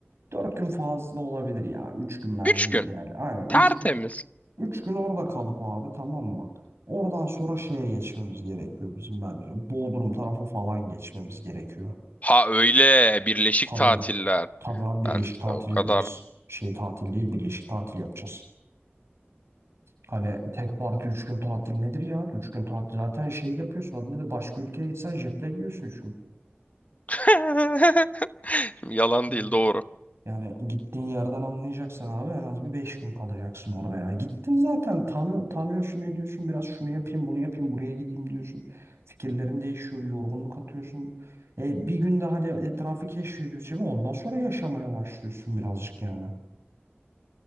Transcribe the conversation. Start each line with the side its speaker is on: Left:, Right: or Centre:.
Right: Dört gün fazla olabilir ya. Üç gün bence
Left: Üç
Right: ideal.
Left: gün.
Right: Aynen
Left: Tertemiz.
Right: üç gün. Üç gün orada kalıp abi tamam mı? Oradan sonra şeye geçmemiz gerekiyor bizim bence. Bodrum tarafı falan geçmemiz gerekiyor.
Left: Ha öyle birleşik
Right: Tabii.
Left: tatiller.
Right: Tabii abi
Left: Ben
Right: birleşik tatil
Left: o kadar
Right: yapacağız. Şey tatil değil birleşik tatil yapacağız. Hani tek parti 3 gün tatil nedir ya? 3 gün tatil zaten şey yapıyorsun. Adı nedir? Başka ülkeye gitsen jetle giyiyorsun 3 gün.
Left: <laughs> Şimdi yalan
Right: Hani
Left: değil doğru.
Right: yani gittiğin yerden anlayacaksan abi en az bir 5 gün kalacaksın orada yani. Gittin zaten tanı, tanıyorsun ne diyorsun biraz şunu yapayım bunu yapayım buraya gideyim diyorsun. Fikirlerin değişiyor bir yorgunluk atıyorsun. E, bir gün daha de etrafı keşfediyorsun. Şimdi Ondan sonra yaşamaya başlıyorsun birazcık yani.